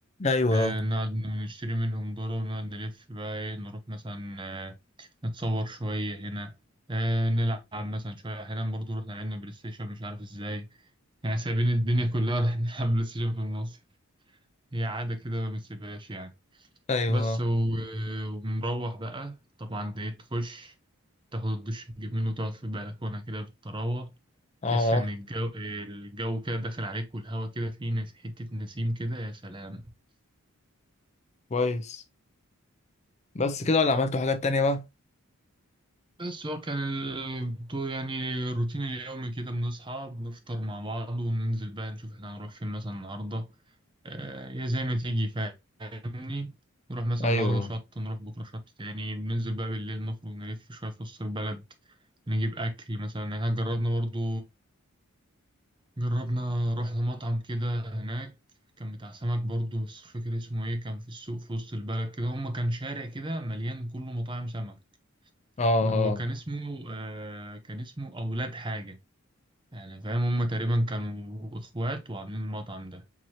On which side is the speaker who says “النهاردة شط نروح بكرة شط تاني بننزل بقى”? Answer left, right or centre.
Right